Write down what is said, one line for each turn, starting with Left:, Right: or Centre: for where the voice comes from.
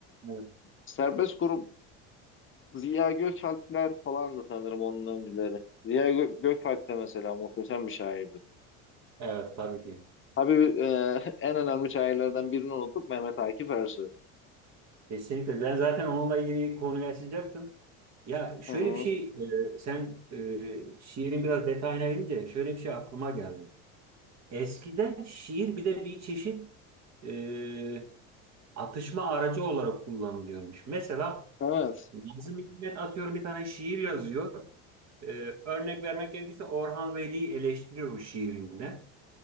Right: Evet,
Left: Serbest grup Ziya Gökalpler falan da sanırım onun öncüleri. Ziya Gö- Gökalp de mesela muhteşem bir şairdir.
Right: Evet, tabii ki.
Left: Tabii e, <laughs> en önemli şairlerden birini unuttuk Mehmet Akif Ersoy.
Right: Kesinlikle. Ben zaten onunla ilgili konuyu açacaktım. Ya şöyle
Left: Hı hı.
Right: bir şey, e, sen e, şiirin biraz detayına inince şöyle bir şey aklıma geldi. Eskiden şiir bir de bir çeşit e, atışma aracı olarak kullanılıyormuş. Mesela
Left: Evet.
Right: Nazım Hikmet atıyorum bir tane şiir yazıyor. Ee, örnek vermek gerekirse Orhan Veli'yi eleştiriyor bu şiirinde.